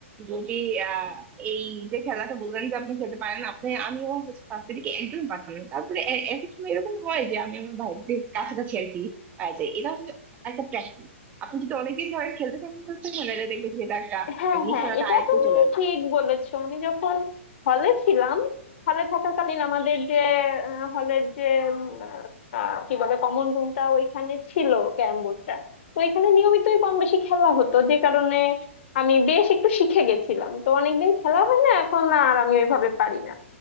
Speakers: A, on the right; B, on the left.
A: যদি আহ, এই যে খেলাটা বললেন যে আপনি খেলতে পারেন না, আপনি আমিও ফার্স্ট থেকে একদম পারতাম না তারপরে এ- এক এক সময় এরকম হয় যে আমি আমার ভাইদের কাছাকাছি আর কি পাওয়া যায় এটা আসলে একটা প্র্যাকটিস আপনি যদি অনেকদিন ধরেন খেলতে থাকেন খেলতে থাকেন তাহলে দেখবেন যে এটা একটা
B: হ্যাঁ
A: মানে
B: হ্যাঁ
A: নিশানাটা
B: এটা
A: আয়ত্তে
B: তুমি
A: চলে আসে।
B: ঠিক বলেছো আমি যখন হলে ছিলাম হলে থাকাকালীন আমাদের যে হলের যে উম, আহ, কি বলে কমন রুমটা ওইখানে ছিল ক্যারাম বোর্ডটা তো এখানে নিয়মিতই কম বেশি খেলা হতো যে কারণে আমি বেশ একটু শিখে গেছিলাম তো অনেকদিন খেলা হয় না এখন আর আমি ওইভাবে পারি না